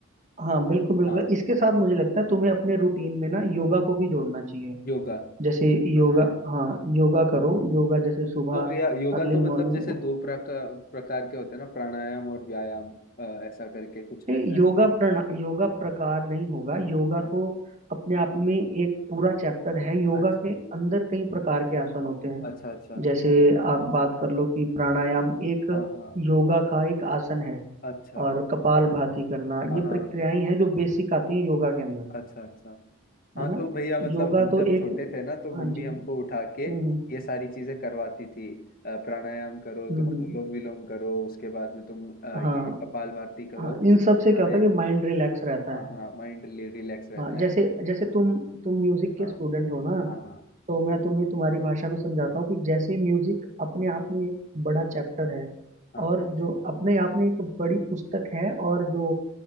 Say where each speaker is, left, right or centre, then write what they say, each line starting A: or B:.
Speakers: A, on the right; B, on the left.
A: हाँ बिल्कुल बिल्कुल
B: हाँ
A: इसके साथ मुझे लगता है तुम्हें अपने रूटीन में ना योगा को भी जोड़ना चाहिए
B: योगा
A: जैसे योगा
B: हाँ
A: हाँ योगा करो योगा जैसे सुबह
B: तो भैया योगा
A: अर्ली
B: तो मतलब
A: मॉर्निंग
B: जैसे दो प्रकार प्रकार के होते हैं ना प्राणायाम और व्यायाम अ, ऐसा करके कुछ है
A: नहीं
B: शायद
A: योगा प्रण योगा प्रकार नहीं होगा योगा
B: हाँ
A: तो अपने आप में एक पूरा चैप्टर है योगा
B: अच्छा
A: के अंदर कई प्रकार के आसन होते हैं
B: अच्छा अच्छा
A: जैसे आप बात कर लो कि प्राणायाम एक
B: हाँ हाँ
A: योगा का एक आसन है
B: अच्छा
A: और कपालभाति करना
B: हाँ
A: ये
B: हाँ
A: प्रक्रियाएं हैं जो बेसिक आती हैं योगा के अंदर
B: अच्छा अच्छा हाँ
A: है ना
B: तो भैया मतलब
A: योगा
B: हम
A: तो
B: जब
A: एक
B: छोटे थे ना तो
A: हाँ
B: मम्मी
A: जी हम्म
B: हमको उठा के
A: हम्म
B: ये सारी चीजें करवाती थी अ, प्राणायाम करो
A: हम्म
B: तुम अनुलोम
A: हम्म,
B: विलोम करो उसके बाद में तुम अ, ये
A: हाँ
B: कपालभाति करो
A: हाँ
B: इससे
A: इन सब
B: हमारे
A: से क्या होता है कि माइंड रिलैक्स रहता
B: हाँ
A: है
B: हाँ माइंड रिलैक्स रहता
A: हाँ जैसे
B: है
A: जैसे तुम तुम म्यूजिक के
B: हाँ
A: स्टूडेंट हो ना
B: हाँ हाँ
A: तो मैं तुम्हें तुम्हारी भाषा में समझाता हूँ कि जैसे म्यूजिक अपने आप में एक बड़ा चैप्टर है
B: हाँ
A: और जो अपने आप में एक बड़ी पुस्तक है और जो